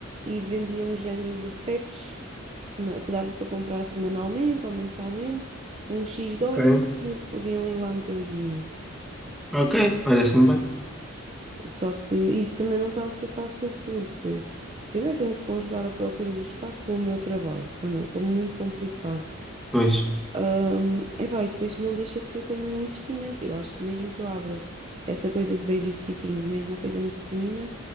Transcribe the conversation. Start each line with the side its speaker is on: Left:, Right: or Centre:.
Right: e vendia um género de packs sema- que dava para comprar semanalmente ou mensalmente, com um X
Centre: Ok.
Right: de horas e podiam ir lá meter os miúdos.
Centre: Ok, parece-me bem.
Right: Só que isso também não está a ser fácil porque primeiro tenho de conjugar a procura do espaço com o meu trabalho, que anda- como muito complicado.
Centre: Pois,
Right: Ahm, epá, e depois não deixa de ser também um investimento. Eu acho que mesmo que eu abra essa coisa de babysitting, mesmo uma coisa muito pequenina,